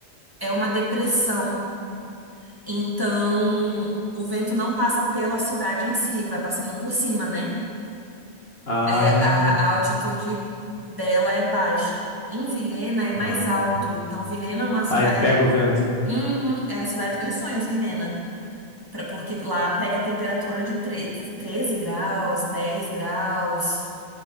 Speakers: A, on the right; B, on the left.
A: é uma depressão. Então, o vento não passa pela cidade em si, vai passando por cima, né?
B: Ah,
A: É, a, a altitude dela é baixa. Em Vilhena é mais
B: ah.
A: alto. Então, Vilhena é uma cidade.
B: Aí pega
A: É,
B: o vento.
A: Uhum, é a cidade dos sonhos, Vilhena. Pra- Porque lá pega a temperatura de tre- 13 graus, 10 graus,